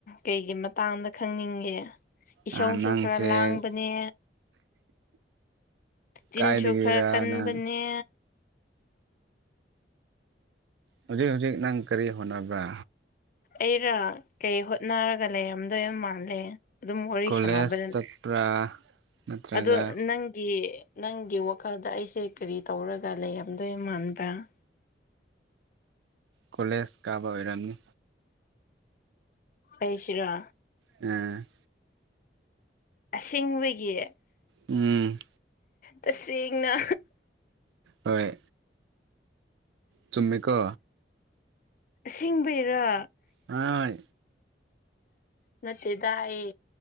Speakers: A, on the left (about 50°); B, on the right (about 75°).
A: ꯀꯩꯒꯤ ꯃꯇꯥꯡꯗ ꯈꯪꯅꯤꯡꯉꯦ ꯏꯁꯧꯁꯨ
B: ꯅꯪꯁꯦ
A: ꯈꯔ ꯂꯥꯡꯕꯅꯦ ꯆꯤꯟꯁꯨ
B: ꯀꯥꯏꯗꯒꯤꯔ
A: ꯈꯔ ꯀꯟꯕꯅꯦ
B: ꯅꯪ ꯍꯧꯖꯤꯛ ꯍꯧꯖꯤꯛ ꯅꯪ ꯀꯔꯤ ꯍꯣꯠꯅꯕ꯭ꯔ
A: ꯑꯩꯔꯥ ꯀꯩ ꯍꯣꯠꯅꯔꯒ ꯂꯩꯔꯝꯗꯣꯏꯕ ꯃꯥꯜꯂꯦ ꯑꯗꯨꯝ ꯋꯥꯔꯤ
B: ꯀꯣꯂꯦꯖ
A: ꯁꯥꯟꯅꯕ
B: ꯆꯠꯄ꯭ꯔꯥ ꯅꯠꯇ꯭ꯔꯒ
A: ꯑꯗꯣ ꯅꯪꯒꯤ ꯅꯪꯒꯤ ꯋꯥꯈꯜꯗ ꯑꯩꯁꯦ ꯀꯔꯤ ꯇꯧꯔꯒ ꯂꯩꯔꯝꯗꯣꯏ ꯃꯗ꯭ꯔꯥ ꯎꯝ
B: ꯀꯣꯂꯦꯖ ꯀꯥꯕ ꯑꯣꯏꯔꯝꯃꯤ
A: ꯄꯦꯁꯔꯥ
B: ꯎꯝ
A: ꯑꯁꯁꯤꯡꯕꯒꯤ
B: ꯎꯝ
A: ꯇꯁꯦꯡꯅ
B: ꯍꯣꯏ ꯆꯨꯝꯃꯀꯣ
A: ꯁꯤꯡꯕꯩꯔꯥ
B: ꯍ
A: ꯅꯠꯇꯦꯗ ꯑꯩ